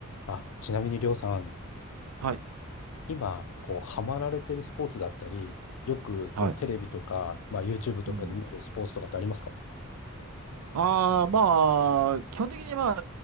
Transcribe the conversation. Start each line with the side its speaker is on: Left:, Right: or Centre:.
Left: あ、ちなみにりょうさん、
Right: はい。
Left: 今、こう、ハマられてるスポーツだったり、よく、
Right: はい。
Left: こう、テレビとか、まあ、YouTube とかで見るスポーツとかってありますか
Right: うん。ああ、まあ、基本的にまあ、